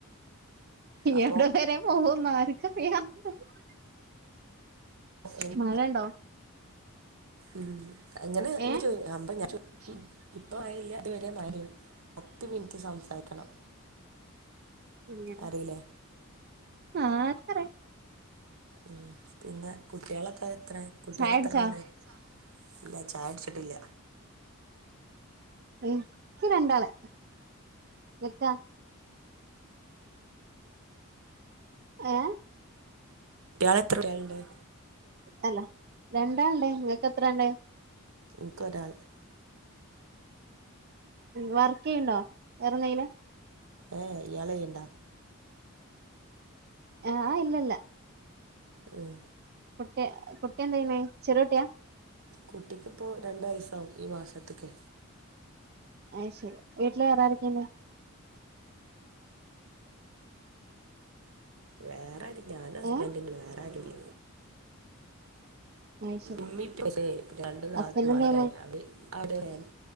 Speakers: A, on the right; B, on the right.
A: അപ്പോ
B: എവിടെ വരെ ഓഹ മാർക്ക <unintelligible>
A: എനി
B: മഴണ്ടോ?
A: ഉം അങ്ങനെ
B: ഏ
A: <unintelligible> ഇപ്പ മഴഇല്ല, ഇതരെ മയെനി പത്ത് മിനിറ്റ് സംസാരിക്കണം.
B: ഇങ്ങനെ
A: അറിയില്ലേ
B: ആർക്കറിയ
A: ഉം പിന്നെ കുട്ടിളൊക്കെ പിന്നെ കുട്ടിള
B: ചായുടിച്ചോ
A: എത്രണ്ണംഉണ്ട്? ചായ കുടിച്ചോ? ഇല്ല ചായ കുടിച്ചിട്ടില്ല.
B: ഇന്ക്ക് രണ്ടാള്, ഇങ്ങക്ക? ഏ
A: കുട്ടില് എത്ര <unintelligible>
B: അല്ല രണ്ടാൾണ്ട്, നിങ്ങക്ക് എത്ര ആളുണ്ട്?
A: ഇന്ക്ക് ഒരാള്
B: വർക്ക് ചെയ്യ്ണ്ടോ? വേറെന്തെങ്കിലും
A: ഏഹ് ഇയാൾ ചെയ്യുണ്ടോ?
B: ആഹ് ഇല്ല ഇല്ല
A: ഉം
B: കുട്ടി, കുട്ടി എന്ത് ചെയ്യ്ണേ? ചെറിയ കുട്ടിയാ
A: കുട്ടിക്ക്ഇപ്പൊ രണ്ടു വയസാവും ഈ മാസത്ക്ക്‌.
B: അഹ് ശരി. വീട്ടില് വേറെ രൊക്കെണ്ട്?
A: വേറെ ആരുല്ല ഞാനും ഹസ്ബൻഡള്ളു.
B: ഏ
A: വേറെആരൂല്ല
B: അയ് ശെരി
A: ഇമ്മി പേര് രണ്ടു നാത്തൂമാര്
B: ഹസ്ബന്റ് എന്തെയ്യ്ണ്
A: <unintelligible>